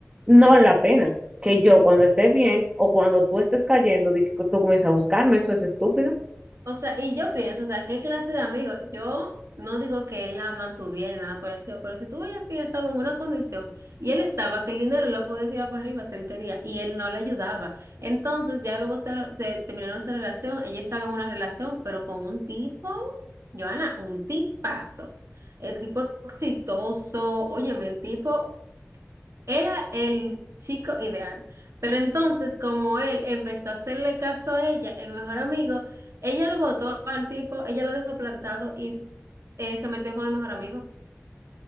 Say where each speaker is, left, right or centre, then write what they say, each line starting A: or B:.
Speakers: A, on the right; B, on the right.
A: no vale la pena que yo cuando esté bien o cuando tú estés cayendo, di que tú comiences a buscarme. Eso es estúpido.
B: O sea, y yo pienso, o sea, ¿qué clase de amigo? Yo no digo que él la mantuviera, nada parecido, pero si tú veías que ella estaba en una condición y él estaba, que el dinero lo podía tirar para arriba si él quería y él no le ayudaba. Entonces, ya luego se, se terminaron esa relación, ella estaba en una relación, pero con un tipo, Joana, un tipazo. El tipo exitoso, óyeme, el tipo era el chico ideal. Pero entonces, como él empezó a hacerle caso a ella, el mejor amigo, ella lo botó al tipo, ella lo dejó plantado y eh, se metió con el mejor amigo.